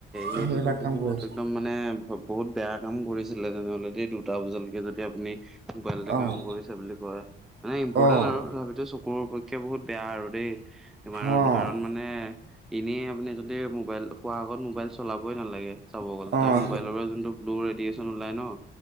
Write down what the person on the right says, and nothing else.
সেইবিলাক
কাম
কৰি আছোঁ
অ',
অ',
অ'।
অ',